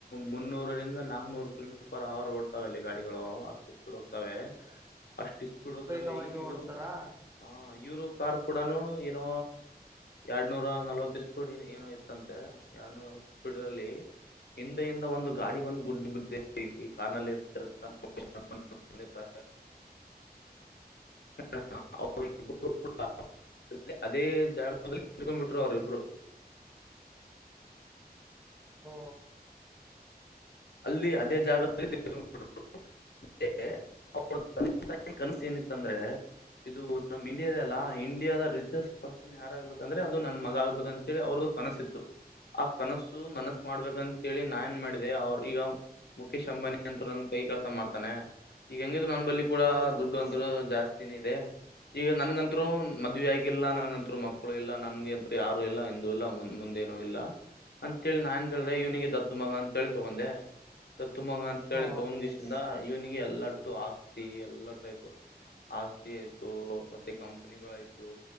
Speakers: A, on the left; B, on the right.
A: ಮುನ್ನೂರರಿಂದ ನಾಕ್ನೂರು ಕಿಲೋಮೀಟರ್ ಪರ್ ಅವರ್ ಓಡ್ತಾವಲ್ಲಿ ಗಾಡಿಗಳು ಅಷ್ಟು ಸ್ಪೀಡ್ ಹೋಗ್ತಾವವೆ ಅಷ್ಟು ಸ್ಪೀಡ್ ಹೋದ್ರಲ್ಲಿ
B: ವೇಗವಾಗಿ ಓಡ್ತಾರಾ
A: ಯರೋಪ್ ಹ <unintelligible> ಇವರು ಕಾರ್ ಕೂಡನು ಏನೋ ಎರಡ್ನೂರ ನಲಾವತ್ ಇಷ್ಟು ಸ್ಪೀಡ್ ಏನೋ ಇತ್ತಂತೆ ಎರಡ್ನೂರ ನಲ್ವತ್ ಸ್ಪೀಡ್ ಅಲ್ಲಿ ಹಿಂದ ಹಿಂದ ಒಂದು ಗಾಡಿ ಬಂದು <unintelligible> ಗುಡ್ ಬಿಡ್ ಈ ಕಾರ್ನಲ್ಲಿ ಇರ್ <unintelligible> <unintelligible> <unintelligible> ಅದೇ ಜಾಗದಲ್ಲಿ <unintelligible> ತಿಳ್ಕೊಂಡ್ ಬಿಟ್ರು ಅವರು ಇಬ್ರು
B: ಓ
A: ಅಲ್ಲಿ ಅದೇ ಜಾಗದಲ್ಲಿದು <unintelligible> <unintelligible> ತಂದೆ ತಾಯಿ ಕನಸು ಏನಿತ್ತ ಅಂದ್ರೆ ಇದು ನಮ್ ಇಂಡಿಯಾದ ಅಲ್ಲ ಇಂಡಿಯಾದ ರಿಚೆಸ್ಟ್ ಪರ್ಸನ್ ಯಾರಾಗ್ಬೇಕಂದ್ರೆ ಅದು ನನ್ ಮಗ ಆಗ್ಬೇಕ ಅಂತೇಳಿ ಅವ್ರ್ದ ಕನಸಿತ್ತು ಆ ಕನಸು ನನಸು ಮಾಡ್ಬೇಕಂತೇಳಿ ನಾ ಏನ್ ಮಾಡಿದೆ ಅವ್ರ ಈಗ <unintelligible> ಮುಖೇಶ್ ಅಂಬಾನಿ ಅಂತರು ನನ್ನ ಕೈ ಕೆಳ್ಸ ಮಾಡ್ತಾನೆ ಈಗ ಹಂಗಿದ್ರು ನನ್ನ ಬಲ್ಲಿ ಕೂಡ
B: ಹೌದು
A: ದುಡ್ಡು ಅಂತರು ಜಾಸ್ತಿ <unintelligible> ತಿದೆ ಈಗ ನನ್ಗಂತರು ಮದುವ ಆಗಿಲ್ಲ ನನ್ಗಂತರು ಮಕ್ಕಳು ಇಲ್ಲ ನನ್ಗಂತರು ಯಾರು ಇಲ್ಲ ಇಂದು ಎಲ್ಲ ಮುಂದೆ <unintelligible> ಏನು ಇಲ್ಲ ಅಂತೇಳಿ ನಾನ್ಏನ್ ಕೇಳಿದ್ರೆ ಇವನಿಗೆ ದತ್ತು ಮಗ ಅಂತೇಳಿ ತಗೊಂಡೆ <unintelligible> ತುಮಂಗ ಅಂತ ಹೇಳತ್ತು
B: ಹ
A: ಒಂದ್ ದಿವ್ಸಿಂದ ಇವ್ನಿಗೆ ಎಲ್ಲಟ್ಟು ಆಸ್ತಿ ಎಲ್ಲಟ್ಟು ಆಯ್ತು ಆಸ್ತಿ ಆಯ್ತು ಮತ್ತೆ ಕಂಪನಿಗಳಯ್ತು